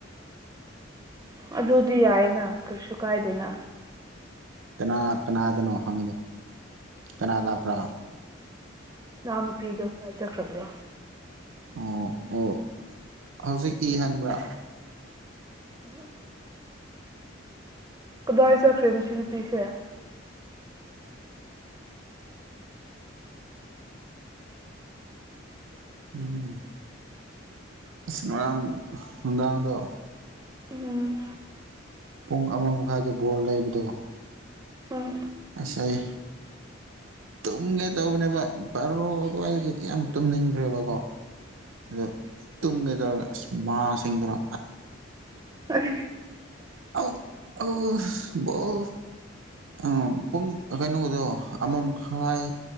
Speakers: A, on the right; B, on the right.
A: ꯑꯗꯨꯗꯤ ꯌꯥꯏꯌꯦꯅ ꯀꯩꯁꯨ ꯀꯥꯏꯗꯦꯅ
B: ꯀꯅꯥ ꯀꯅꯥꯗꯅꯣ ꯍꯪꯉꯤꯗꯣ ꯀꯅꯥ ꯂꯛꯄꯔꯥ
A: ꯏꯆꯥ ꯅꯨꯄꯤꯗꯤ ꯆꯠꯈ꯭ꯔꯕ꯭ꯔꯣ
B: ꯑꯣ ꯑꯣ ꯍꯧꯖꯤꯛꯇꯤ ꯍꯟꯕ꯭ꯔꯥ
A: ꯎꯝ ꯀꯗꯥꯏ ꯆꯠꯈ꯭ꯔꯦ ꯃꯁꯤꯁꯤ ꯅꯨꯄꯤꯁꯦ
B: ꯎꯝ ꯉꯔꯪ ꯅꯨꯝꯗꯥꯥꯡꯗꯣ
A: ꯎꯝ
B: ꯄꯨꯡ ꯑꯃ ꯃꯈꯥꯏꯗ ꯕꯣꯜ ꯂꯩꯕꯗ‌ꯣ
A: ꯎꯝ
B: ꯑꯁꯤ ꯑꯩ ꯇꯨꯝꯒꯦ ꯇꯧꯕꯅꯦꯕ ꯕꯥꯔꯣ ꯑꯗꯨꯋꯥꯏꯒꯗꯤ ꯌꯥꯝ ꯇꯨꯝꯅꯤꯡꯈ꯭ꯔꯦꯕꯀꯣ ꯑꯗꯣ ꯇꯨꯝꯒꯦ ꯑꯁ ꯃꯥ ꯁꯤꯁꯤꯡꯗꯨꯅꯥ
A: ꯑꯣ
B: ꯑꯣ ꯑꯣ ꯑꯣ ꯎꯝ ꯄꯨꯡ ꯀꯩꯅꯣꯗꯣ ꯑꯃꯃꯥꯈꯥꯏ